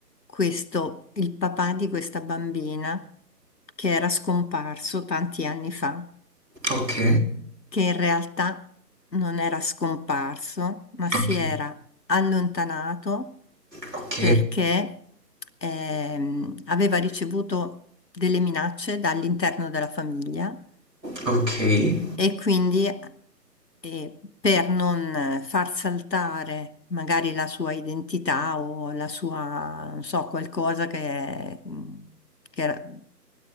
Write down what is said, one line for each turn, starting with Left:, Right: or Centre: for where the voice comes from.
Left: questo, il papà di questa bambina che era scomparso tanti anni fa
Right: Ok,
Left: che in realtà non era scomparso, ma si
Right: ok,
Left: era allontanato
Right: ok,
Left: perché ehm, aveva ricevuto delle minacce dall'interno della famiglia
Right: ok.
Left: e quindi eh, per non far saltare magari la sua identità o la sua, non so, qualcosa che, che-